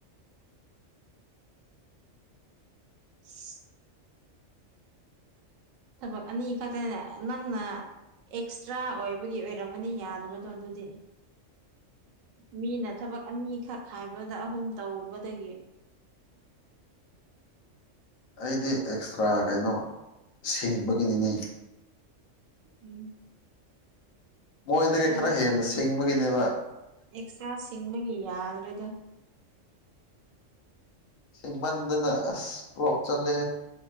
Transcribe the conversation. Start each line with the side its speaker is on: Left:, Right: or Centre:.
Right: <unintelligible> ꯊꯕꯛ ꯑꯅꯤ ꯈꯛꯇꯅꯦ ꯅꯪꯅ ꯑꯦꯛꯁꯇ꯭ꯔꯥ ꯑꯣꯏꯕꯒꯤ ꯑꯣꯏꯔꯝꯃꯅꯤ ꯌꯥꯗꯕꯗꯣ ꯑꯗꯨꯗꯤ ꯃꯤꯅ ꯊꯕꯛ ꯑꯅꯤꯈꯛ ꯍꯥꯏꯕꯗ ꯑꯍꯨꯝ ꯇꯧꯕꯗꯒꯤ
Left: ꯑꯩꯗꯤ ꯑꯦꯛꯁꯇ꯭ꯔꯥ ꯀꯩꯅꯣ ꯁꯤꯡꯕꯒꯤꯅꯤꯅꯦ
Right: ꯎꯝ
Left: ꯃꯣꯏꯗꯒꯤ
Right: ꯑꯦꯛꯁꯇ꯭ꯔꯥ
Left: ꯈꯔ ꯍꯦꯟꯅ ꯁꯤꯡꯕꯒꯤꯅꯦꯕ
Right: ꯑꯦꯛꯁꯇ꯭ꯔꯥ ꯁꯤꯡꯕꯥꯒꯤ ꯌꯥꯗ꯭ꯔꯦꯗꯥ
Left: ꯁꯤꯡꯃꯟꯗꯅ ꯑꯁ ꯐ꯭ꯂꯣꯞ ꯆꯠꯂꯦ